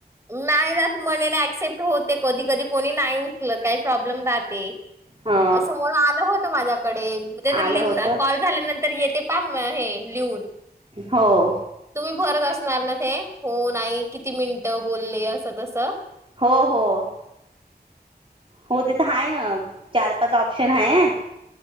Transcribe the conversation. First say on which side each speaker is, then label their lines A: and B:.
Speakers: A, on the right; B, on the right.
A: नाही जात म्हणे एक्सेपेक्ट होते कधी कधी कोणी नाही उचल काही प्रॉब्लेम राहते.
B: ह
A: असं म्हणून आलं होत माझ्याकडे त्या लिहून
B: आलं होत
A: कॉल झाल्यानंतर येते पा हे लिहून,
B: हों.
A: तुम्ही भरत असणार नां ते हो नायी किती मिनिटं बोलले असं तसं?
B: हों हों. हों तिथं हायं नां चार पाच ऑप्शन हायं